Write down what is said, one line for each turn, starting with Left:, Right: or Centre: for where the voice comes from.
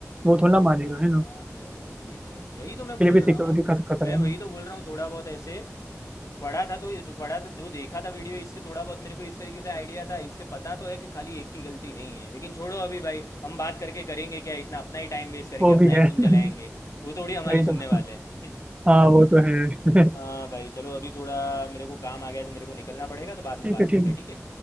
Right: वो थोड़ा
Left: हाँ
Right: ना मानेगा
Left: हाँ
Right: है ना
Left: भाई वो भी है यही तो मैं
Right: उसके
Left: बोल
Right: लिए भी
Left: रहा
Right: सिक्योरिटी
Left: हूँ
Right: का खतरा
Left: मैं
Right: है
Left: वही
Right: ना
Left: तो बोल रहा हूँ थोड़ा बहुत ऐसे पढ़ा था तो तो पढ़ा था जो देखा था वीडियो इसलिए थोड़ा बहुत मेरे को इस तरीके से आइडिया था इसलिए पता तो है कि खाली एक की गलती नहीं है लेकिन छोड़ो अभी भाई हम बात करके करेंगे क्या इतना अपना ही टाइम वेस्ट करेंगे
Right: वो
Left: अपना
Right: भी
Left: ही
Right: है
Left: खून जलाएंगे
Right: <laughs>
Left: वो थोड़ी हमारी
Right: वही तो
Left: सुनने वाले हैं <laughs>
Right: हाँ वो तो है <laughs>
Left: हाँ भाई चलो अभी थोड़ा मेरे को काम आ गया है तो मेरे को निकलना पड़ेगा तो बाद में
Right: ठीक
Left: बात
Right: है
Left: करते
Right: ठीक
Left: हैं
Right: है
Left: ठीक है